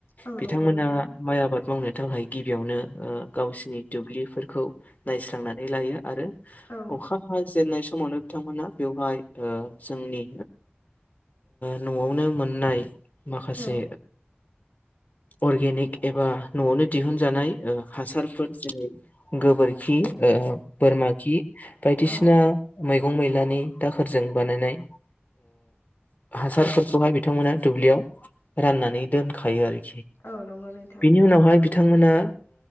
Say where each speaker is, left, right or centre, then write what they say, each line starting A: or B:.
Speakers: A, on the left; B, on the left.
A: औ
B: बिथांमोना
A: नंगौ नोंथां
B: माइ आबाद मावनो थाखाय गिबियावनो गावसिनि दुब्लिफोरखौ नायस्रांनानै लायो आरो
A: औ
B: अखा हाजेननाय समावनो बिथांमोना बेवहाय जोंनि न'आवनो मोननाय माखासे
A: औ
B: अर्गेनिक एबा न'आवनो दिहुनजानाय हासारफोर जेरै गोबोरखि बोरमा खि बायदिसिना
A: औ
B: मैगं मैलानि दाखोरजों बानायनाय हासारफोरखौहाय बिथांमोना दुब्लियाव राननानै दोनखायो आरोखि।
A: औ नंगौ नोंथां
B: बिनि उनावहाय बिथांमोना